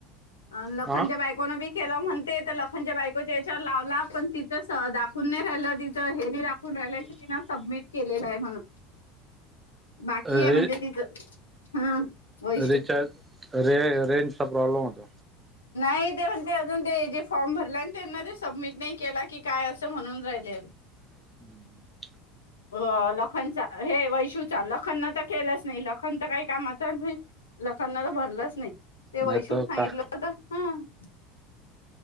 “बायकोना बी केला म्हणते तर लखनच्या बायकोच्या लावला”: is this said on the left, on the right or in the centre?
Left